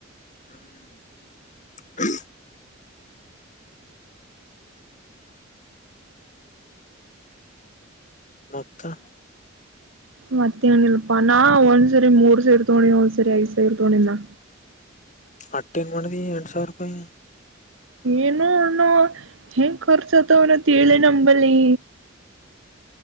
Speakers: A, on the left; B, on the right.
A: ಹ್ಮ್ ಮತ್ತ
B: ಮತ್ತೆ ಏನ ಇಲ್ಪ ನಾ ಒಂದ್ಸರಿ ಮೂರ್ ಸರಿ ತೋಣಿ ಒಂದ್ಸರಿ ಐದ್ ಸರಿ ತೋಳಿನ
A: ಅತ್ತ್ ಏನ್ ಮಾಡದಿ ಎಂಟು ಸಾವಿರ ರೂಪಾಯಿ
B: ಏನು ಅನ ಹೆಂಗ್ ಖರ್ಚತ ಅವನತೆಲೆ ನಂಬಲ್ಲಿ